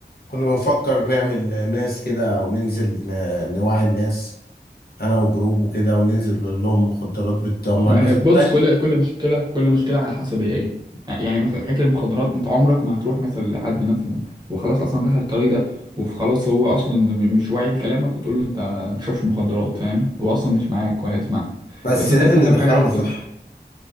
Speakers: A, on the left; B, on the right.
A: كنا بنفكر نعمل آه، ناس كده او ننزل آه، نوعي الناس انا وجروب وكده وننزل نقول لهم مخدرات بتدمر
B: ما
A: بس
B: هي بص
A: بلاش
B: كل كل مشكله كل مشكله على حسب هي ايه يعني مثلا حته المخدرات انت عمرك ما هتروح مثلا لحد مثلا وخلاص اصلا دخل الطريق ده وخلاص هو اصلا م- مش واعي لكلامك وتقول له انت ما بتشربش مخدرات فاهم هو اصلا مش معاك ولا هيسمعك
A: بس
B: بس انت
A: لازم
B: ممكن
A: ندخله
B: تعمل حاجه احسن
A: مصلحة